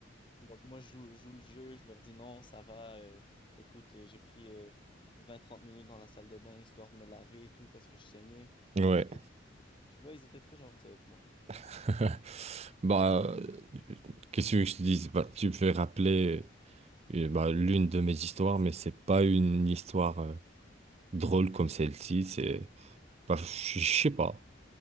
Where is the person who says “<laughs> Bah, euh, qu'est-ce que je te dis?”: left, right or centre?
Right